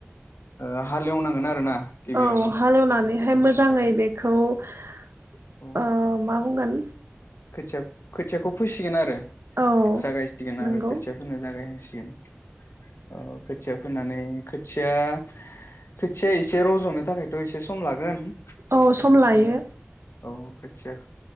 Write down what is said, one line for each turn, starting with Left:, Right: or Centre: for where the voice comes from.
Left: ओ हालेवनांगोन आरोना गिबियावनो
Right: औ हालेवनानैहाय
Left: खोथिया फोनो
Right: मोजाङै
Left: थाखाय
Right: बेखौ ओ
Left: औ
Right: मा बुंगोन
Left: खोथिया खोथियाखौ फैसिगोन आरो
Right: औ
Left: जागायसिगोन
Right: नंगौ
Left: आरो खोथियाफोनो जागायहांसि <unintelligible> थिया फोननानै खोथिया खोथिया एसे रजनो थाखायथ एसे सम लागोन
Right: औ
Left: बेनिखायनो
Right: सम लायो
Left: औ खाोथिया